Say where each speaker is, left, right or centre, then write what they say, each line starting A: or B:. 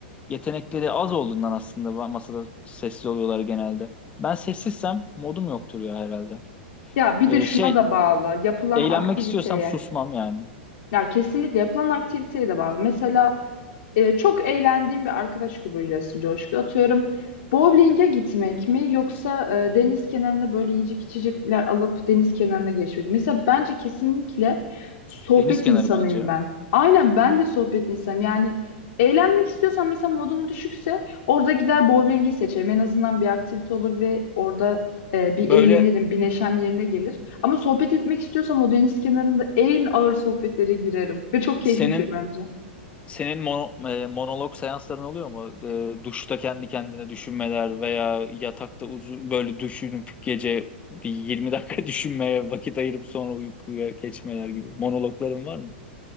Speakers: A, on the left; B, on the left.
A: yetenekleri az olduğundan aslında masada sessiz oluyorlar genelde. Ben sessizsem modum yoktur ya herhalde.
B: Ya bir
A: E,
B: de şuna
A: şey
B: da bağlı. Yapılan
A: eğlenmek
B: aktiviteye.
A: istiyorsam susmam yani.
B: Ya kesinlikle yapılan aktiviteye de bağlı. Mesela e, çok eğlendiğim bir arkadaş grubuyla aslında Coşku. Atıyorum bowling'e gitmek mi yoksa e, deniz kenarına böyle yiyecek içecekler alıp deniz kenarına geçmek mi? Mesela bence kesinlikle sohbet
A: Deniz kenarı
B: insanıyım
A: bence.
B: ben. Aynen ben de sohbet insanım. Yani eğlenmek istiyorsan mesela modum düşükse orada gider bowling'i seçerim. En azından bir aktivite olur ve orada e, bir
A: Böyle
B: eğlenirim, bir neşem yerine gelir. Ama sohbet etmek istiyorsam o deniz kenarında en ağır sohbetlere girerim. Ve çok keyifli
A: senin
B: bir şey bence.
A: Senin mono- e, monolog seansların oluyor mu? E, duşta kendi kendine düşünmeler veya yatakta uzun böyle düşünüp gece bir 20 dakika <laughs> düşünmeye vakit ayırıp sonra uykuya geçmeler gibi. Monologların var mı?